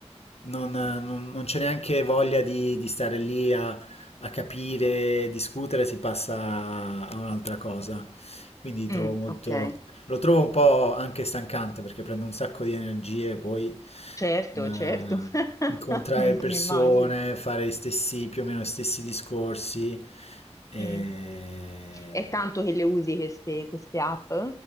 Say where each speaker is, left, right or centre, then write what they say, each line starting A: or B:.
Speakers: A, on the left; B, on the left.
A: non, non- non c'è neanche voglia di, di stare lì a a capire, discutere, si passa a un'altra cosa. Quindi trovo
B: Mm,
A: molto...
B: ok,
A: Lo trovo un po' anche stancante perché prende un sacco di energie, poi
B: certo,
A: eh,
B: certo, <laughs>
A: incontrare
B: mi,
A: persone,
B: mi immagino.
A: fare gli stessi, più o meno gli stessi discorsi. E...
B: Mm. È tanto che le usi queste, queste app?